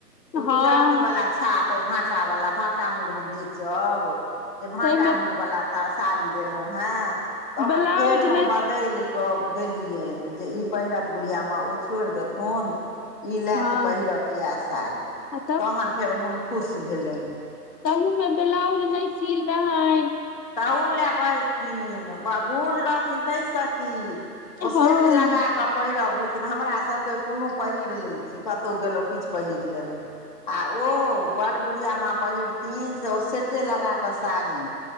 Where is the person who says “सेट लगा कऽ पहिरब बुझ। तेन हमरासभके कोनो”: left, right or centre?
Left